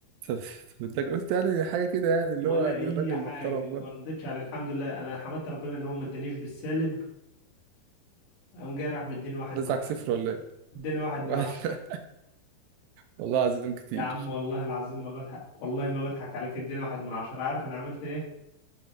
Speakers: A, on the right (about 80°); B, on the left (about 75°).
A: طب طب إداك قلت يعني حاجة كده يعني اللي
B: ولا
A: هو يعني
B: اي
A: الراجل
B: حاجة
A: محترم برضه
B: ما ردتش عليه الحمد لله انا حمدت ربنا ان هو ما ادانيش بالسالب قام جاي راح مديني واحد
A: رزعك
B: من عشرة
A: صفر ولا إيه؟ <laughs>
B: اداني واحد من
A: واحد-
B: عشرة
A: والله العظيم كتير
B: يا عم والله العظيم ما بضحك والله ما بضحك عليك اداني واحد من عشرة عارف انا عملت ايه